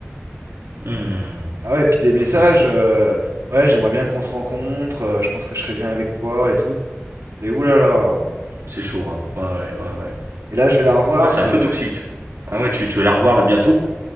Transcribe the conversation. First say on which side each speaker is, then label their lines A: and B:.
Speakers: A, on the right (about 65°); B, on the right (about 80°).
A: Hmm.
B: Ah ouais, puis des messages,
A: Ouais,
B: euh, ouais, j'aimerais bien qu'on se rencontre, euh, je pense que je serais bien avec toi et tout. Et oulala.
A: c'est chaud, hein. Ouais, ouais, ouais, ouais.
B: Et là je vais la revoir,
A: Ouais, c'est
B: ça.
A: un peu toxique. Ah ouais, tu, tu vas la revoir là bientôt?